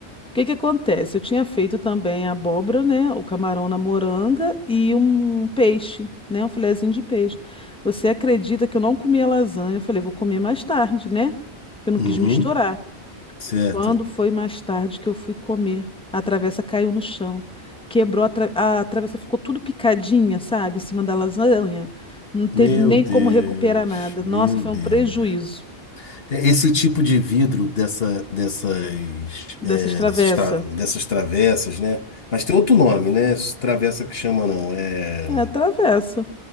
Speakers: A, in the centre; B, on the left (about 65°).
A: que que acontece? Eu tinha feito também a abóbora, né? O camarão na moranga e um peixe, né? Um filezinho de peixe. Você acredita que eu não comi a lasanha? Eu falei, vou comer mais tarde, né? Que eu não
B: uhum,
A: quis misturar.
B: certo.
A: Quando foi mais tarde que eu fui comer, a travessa caiu no chão. Quebrou a, tra- a travessa, ficou tudo picadinha, sabe? Em cima da lasanha. Não teve
B: Meu
A: nem
B: Deus,
A: como recuperar nada.
B: meu
A: Nossa, foi
B: Deus.
A: um prejuízo
B: é Esse tipo de vidro dessa, dessas,
A: dessas
B: é,
A: travessas.
B: dessas, tra- dessas travessas, né? Mas tem outro nome, né? Essa Travessa que chama, não. É...
A: É, travessa.